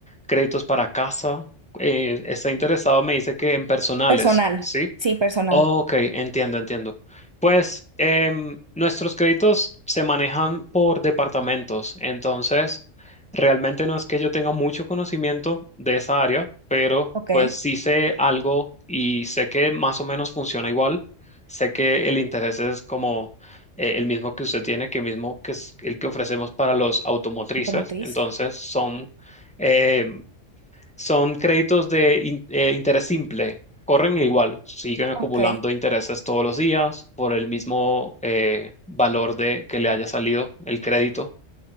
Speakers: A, in the centre; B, on the right.
A: créditos para casa. Eh, está interesado, me dice que en personales,
B: Personal.
A: ¿sí?
B: Sí, personal.
A: Ok, entiendo, entiendo. Pues em, nuestros créditos se manejan por departamentos, entonces realmente no es que yo tenga mucho conocimiento de esa área, pero
B: Ok.
A: pues sí sé algo y sé que más o menos funciona igual. Sé que el interés es como eh, el mismo que usted tiene, que mismo que es el que ofrecemos para los automotrices,
B: Automotriz.
A: entonces son em, son créditos de in- eh, interés simple, corren igual, siguen acumulando
B: Ok,
A: intereses todos los días por el mismo eh, valor de que le haya salido el crédito,